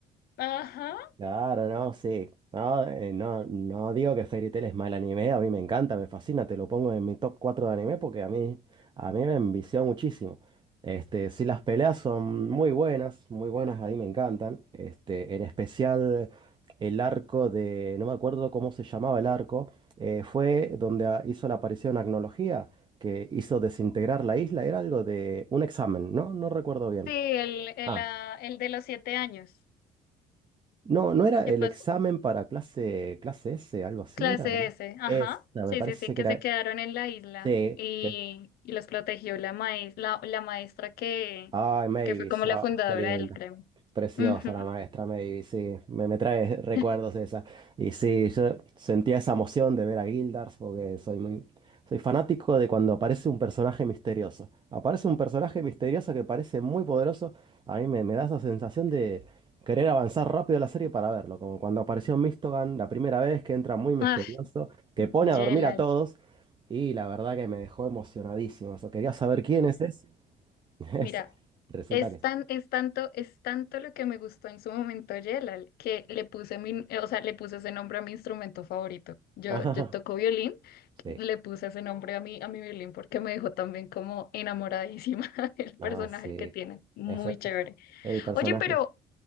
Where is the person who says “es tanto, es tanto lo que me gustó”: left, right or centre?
Left